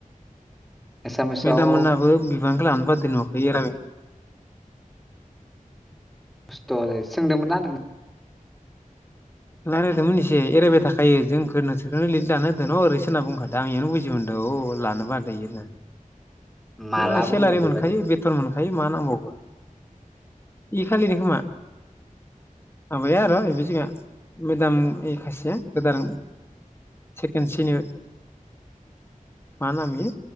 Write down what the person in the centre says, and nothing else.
एसामिसाव
खस्थ'लै सोंदोंमोन ना नों?
माला
बुंनाय
बेबादि